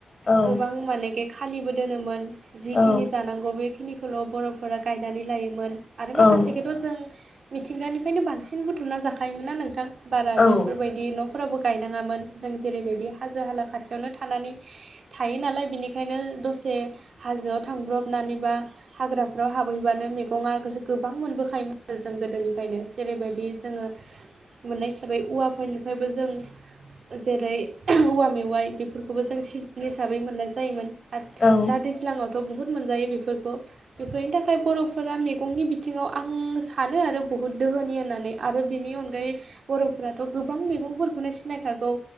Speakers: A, on the left (about 40°); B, on the right (about 75°).
A: औ
B: गोबां माने खालिबो दोनोमोन जिखिनि
A: औ
B: जानांगौ बेखिनिखौल' बर'फोरा गायनानै लायोमोन आरो
A: औ
B: माखासेखौथ' जों मिथिंगानिफ्रायनो बांसिन बुथुमना जाखायोमोन ना नोंथां। बारा
A: औ
B: बेफोरबायदि न'फोराबो गायनाङामोन जों जेरैबायदि हाजो हाला खाथियावनो थानानै थायो नालाय बिनिखायनो दसे हाजोआव थांब्रबनानैबा हाग्राफ्राव हाबहैबानो मैगंआ गोसो गोबां मोनबोखायोमोन आरो जों गोदोनिफ्रायनो। जेरैबायदि जोङो मोननाय हिसाबै औवाफोरनिफ्रायबो जों जेरै औवा मेवाइ बेफोर खौबो जों सिजन हिसाबै मोननाय जायोमोन आरो
A: औ
B: दा दैज्लाङावथ' बुहुत मोनजायो बेफोरखौ बेफोरनि थाखाय बर' फोरा मैगंनि बिथिङाव आं सानो आरो बुहुत दोहोनि होननानै आरो बेनि अनगायै बर'फोराथ' गोबां मैगंफोरखौनो सिनायखागौ